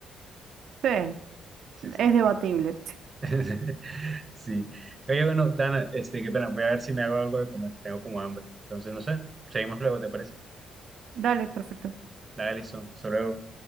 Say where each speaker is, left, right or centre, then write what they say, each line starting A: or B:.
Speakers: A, on the right; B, on the right.
A: Sí,
B: Sí, sí.
A: es debatible.
B: <laughs> Sí. Oye, bueno, Dana, este, qué pena. Voy a ver si me hago algo de comer. Tengo como hambre. Entonces, no sé. Seguimos luego, ¿te parece?
A: Dale, perfecto.
B: Dale, listo. Hasta luego.